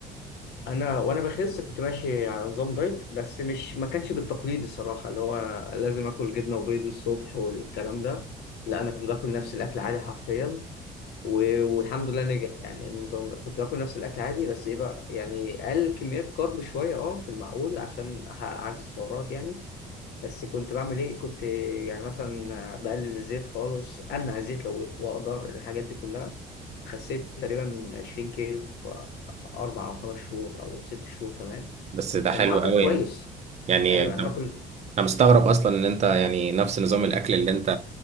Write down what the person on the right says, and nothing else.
بس ده
حلو
قوي
يعني يعني
انت
انا
مستغرب اصلا ان انت يعني نفس نظام الاكل اللي انت